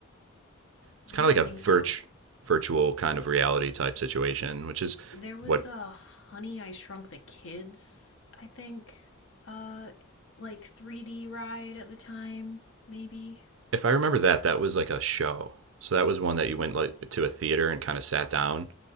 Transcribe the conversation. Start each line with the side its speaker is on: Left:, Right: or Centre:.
Right: It's kind
Left: I don't
Right: of like
Left: think
Right: a virt-
Left: so.
Right: virtual kind of reality type situation, which is
Left: There was
Right: what
Left: a Honey I Shrunk the Kids, I think, uh, like 3D ride at the time, maybe.
Right: if I remember that that was like a show. So that was one that you went like to a theater and kind of sat down,